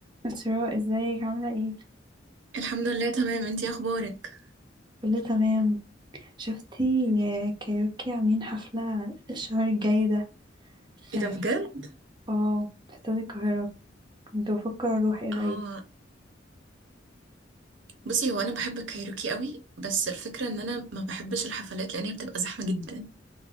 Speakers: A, on the right (about 25°); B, on the right (about 70°).
A: أسراء ازيك عاملة ايه؟
B: الحمد لله تمام انتي اخبارك
A: كله تمام شفتي كايروكي عاملين حفلة الشهر الجاي ده
B: ايه
A: آه،
B: ده بجد؟
A: في اه في استاد القاهرة كنت بفكر اروح ايه رأيك؟
B: اه بصي هو انا بحب الكايروكي قوي بس الفكره ان انا ما بحبش الحفلات لان هي بتبقى زحمه جدا